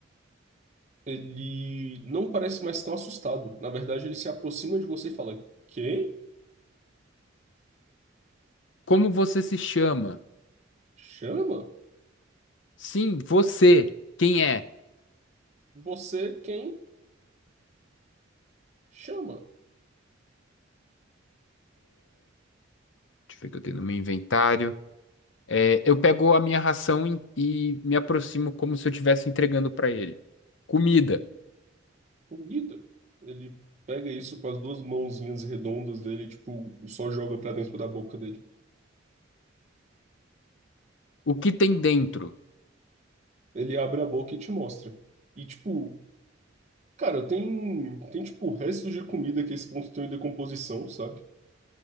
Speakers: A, on the right; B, on the left.
A: Ele não parece mais tão assustado. Na verdade, ele se aproxima de você e fala: Quem?
B: Como você se chama?
A: Chama?
B: Sim, você. Quem é?
A: Você quem? Chama.
B: Deixa eu ver o que eu tenho no meu inventário. É, eu pego a minha ração e, e me aproximo como se eu estivesse entregando pra ele. Comida.
A: Comida. Ele pega isso com as duas mãozinhas redondas dele, e, tipo, só joga pra dentro da boca dele.
B: O que tem dentro?
A: Ele abre a boca e te mostra. E, tipo, Cara, tem, tem tipo restos de comida que a esse ponto estão em decomposição, sabe?